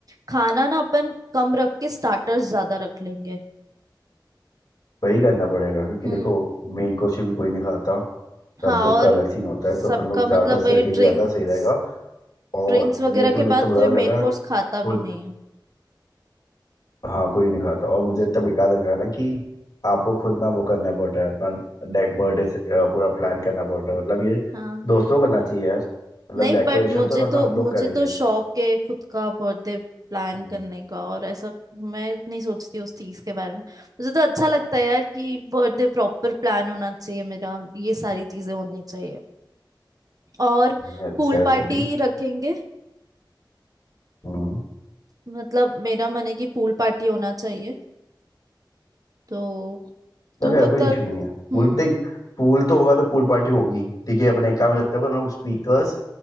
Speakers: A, on the right; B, on the left.
A: खाना ना अपन कम रख के स्टार्टर्स ज्यादा रख लेंगे
B: वही करना पड़ेगा क्योंकि
A: हम्म
B: देखो मेन कोर्स भी कोई नहीं खाता
A: हाँ
B: सब लोग
A: और
B: का अलग सीन होता है
A: सबका
B: तो अपन लोग स्टार्टर्स
A: मतलब वही
B: रखेंगे
A: ड्रिंक्स
B: ज्यादा सही रहेगा और
A: ड्रिंक्स वगैरह
B: नियति में
A: के
B: जितना
A: बाद
B: बुला
A: कोई
B: रखा
A: मेन
B: ना
A: कोर्स खाता
B: वो
A: भी नहीं है
B: हाँ कोई नहीं खाता और मुझे
A: हम्म,
B: तब याद रखना कि आपको खुद ना वो करना पड़ रहा है अपना बर्थडे से अ, पूरा प्लान करना पड़ रहा है मतलब ये
A: हाँ
B: दोस्तों को करना चाहिए यार मतलब
A: नहीं
B: डेकोरेशन
A: बट मुझे
B: तो कम
A: तो
B: से कम हम लोग
A: मुझे
B: करेंगे
A: तो शौक है खुद का बर्थडे प्लान
B: हम्म,
A: करने का और ऐसा मैं नहीं सोचती उस चीज के बारे में मुझे तो अच्छा लगता है यार कि बर्थडे प्रॉपर प्लान होना चाहिए मेरा ये सारी चीजें होनी चाहिए और
B: नहीं अच्छा
A: पूल
B: है
A: पार्टी
B: सभी
A: रखेंगे
B: हम्म
A: मतलब मेरा मन है कि पूल पार्टी होना चाहिए तो तू
B: चलो यार
A: बता
B: कोई इशू नहीं है पूल
A: हम्म
B: देख पूल तो होगा तो पूल पार्टी होगी ठीक है अपने एक काम करते हैं अपन लोग स्पीकर्स